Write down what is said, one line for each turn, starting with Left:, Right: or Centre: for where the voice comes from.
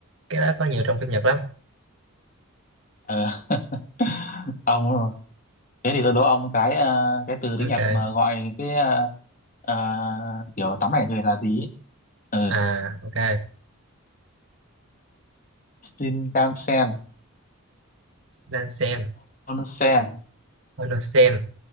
Right: cái đó có nhiều trong phim Nhật lắm
Left: ờ <laughs> ông thế thì tôi đố ông cái à, cái từ
Right: ok
Left: tiếng Nhật mà gọi cái à, à, kiểu tắm này thì là gì ừ.
Right: à ok
Left: Shinkansen,
Right: Nansen
Left: Onsen,
Right: Onsen